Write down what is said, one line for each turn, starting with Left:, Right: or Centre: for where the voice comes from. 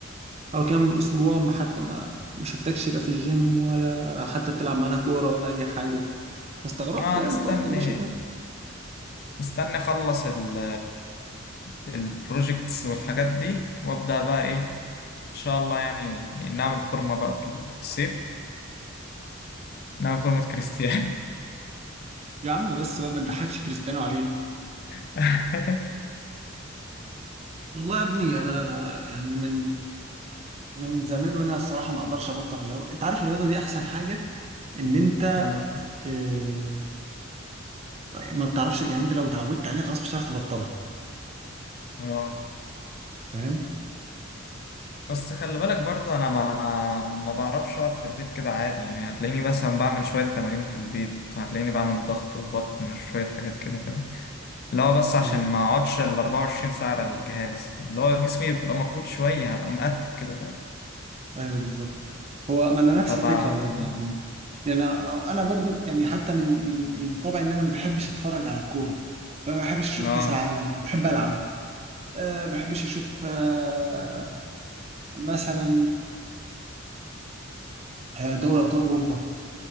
Right: او كام اسبوع ما حتى ما ما شفتكش لا في الجيم ولا حتى بتلعب معانا كوره ولا اي حاجه فاستغربت
Left: اه
Right: يعني
Left: مستني
Right: فقلت اما اشوفك
Left: مستني اخلص ال البروجكتس والحاجات دي وابدا بقى ايه ان شاء الله يعني نعمل فورمه بقى في الصيف نعمل فورمه كريستيانو
Right: يا عم بس بقى ما تضحكش كريستيانو علينا
Left: <laughs>
Right: والله يا ابني انا يعني من من زمان وانا الصراحه ما اقدرش ابطل رياضه انت عارف الرياضه دي احسن حاجه ان انت
Left: آه،
Right: آه، ما بتعرفش يعني انت لو اتعودت عليها خلاص مش هتعرف تبطلها
Left: آه.
Right: فاهم
Left: بس خلي بالك برضه انا ما ما بعرفش اقعد في البيت كده عادي يعني هتلاقيني مثلا بعمل شويه تمارين في البيت هتلاقيني بعمل ضغط وبطن وشويه حاجات كده فاهم اللي هو بس عشان
Right: آه،
Left: ما اقعدش ال 24 ساعه على الجهاز اللي هو جسمي يبقى مفروض شويه هبقى مقتب كده فاهم
Right: ايوه بالظبط هو ما انا نفس
Left: فبقى
Right: الفكره برضو يعني يعني انا برضو يعني حتى من من من طبعي ان انا ما بحبش اتفرج على الكوره فما بحبش اشوف
Left: اه
Right: كاس العالم بحب العب أه ما بحبش اشوف أه مثلا أه دوري ابطال اوروبا ما